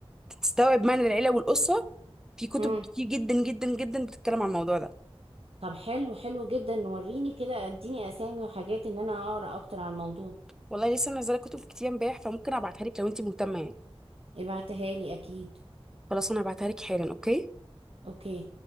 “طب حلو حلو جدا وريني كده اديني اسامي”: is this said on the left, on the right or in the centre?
Right